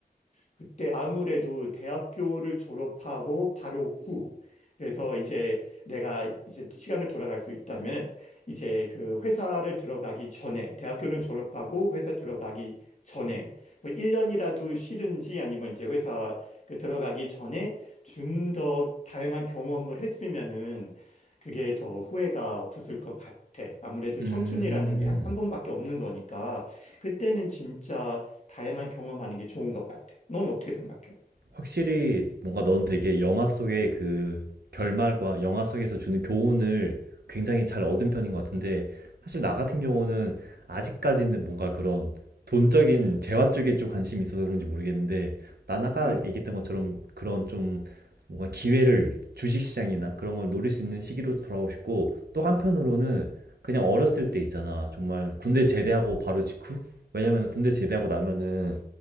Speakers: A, on the left; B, on the right.
A: 그때 아무래도 대학교를 졸업하고 바로 후. 그래서 이제 내가 이제 시간을 돌아갈 수 있다면 이제 그 회사를 들어가기 전에 대학교는 졸업하고 회사 들어가기 전에 뭐 1년이라도 쉬든지 아니면 이제 회사 그 들어가기 전에 좀 더 다양한 경험을 했으면은 그게 더 후회가 없었을 것 같아. 아무래도
B: 음.
A: 청춘이라는 게 한, 한 번밖에 없는 거니까 그때는 진짜 다양한 경험하는 게 좋은 것 같아. 넌 어떻게 생각해?
B: 확실히 뭔가 넌 되게 영화 속의 그 결말과 영화 속에서 주는 교훈을 굉장히 잘 얻은 편인 것 같은데 사실 나 같은 경우는 아직까지는 뭔가 그런 돈적인 재화 쪽에 좀 관심이 있어서 그런지 모르겠는데 난 아까
A: 음.
B: 얘기했던 것처럼 그런 좀 뭔가 기회를 주식시장이나 그런 걸 노릴 수 있는 시기로 돌아오고 싶고 또 한편으로는 그냥 어렸을 때 있잖아 정말 군대 제대하고 바로 직후 왜냐면 군대 제대하고 나면은